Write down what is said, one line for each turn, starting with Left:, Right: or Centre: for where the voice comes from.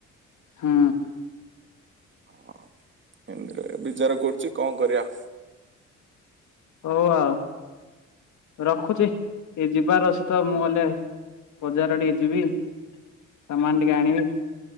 Left: ହୁଁ।
Right: ହଁ। ହୁଁ। ବିଚାର କରୁଛି କଣ କରିବା?
Left: ହଉ ଆଉ <inaudible> ରଖୁଛି। <inaudible> ଟିକେ ଯିବାର ଅଛି ତ, ମୁଁ ଗଲେ ବଜାର ଟିକେ ଯିବି। <inaudible> ସାମାନ ଟିକେ ଆଣିବି।